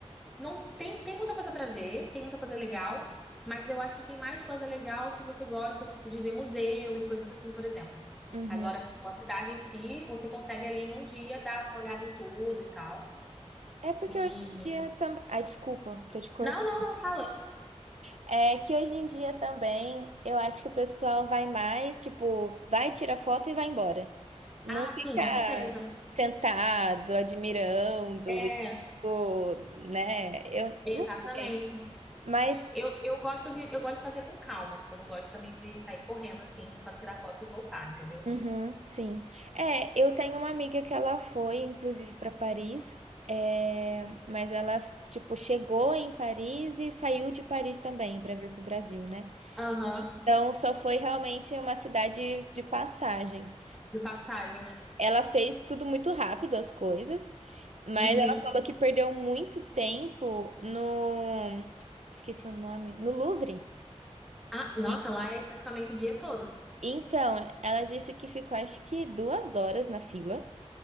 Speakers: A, in the centre; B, on the right.
A: não tem, tem muita coisa pra ver, tem muita coisa legal, mas eu acho que tem mais coisa legal se você gosta, tipo, de ver museu e coisas assim, por exemplo.
B: Uhum.
A: Agora, tipo, a cidade em si, você consegue ali em um dia dar uma olhada em tudo e tal.
B: É porque
A: E.
B: hoje em dia também. Ai, desculpa, tô te cortando.
A: Não, não, não, fala.
B: É que hoje em dia também eu acho que o pessoal vai mais, tipo, vai, tira foto e vai embora. Não
A: Ah,
B: fica
A: sim, com certeza.
B: sentado, admirando,
A: É,
B: e, tipo, né? Eu
A: exatamente.
B: não sei. Mas
A: Eu, eu gosto de, eu gosto de fazer com calma, tipo, eu não gosto também de sair correndo assim, só tirar foto e voltar, entendeu?
B: Uhum, sim. É, eu tenho uma amiga que ela foi, inclusive, para Paris, é, mas ela, tipo, chegou em Paris e saiu de Paris também para vir pro Brasil, né?
A: Aham,
B: Então, só foi realmente uma cidade de passagem.
A: de passagem, né?
B: Ela fez tudo muito rápido, as coisas, mas
A: Uhum.
B: ela falou que perdeu muito tempo no... Esqueci o nome. No Louvre.
A: Ah, nossa,
B: E-
A: lá é praticamente o dia todo.
B: Então, ela disse que ficou, acho que duas horas na fila.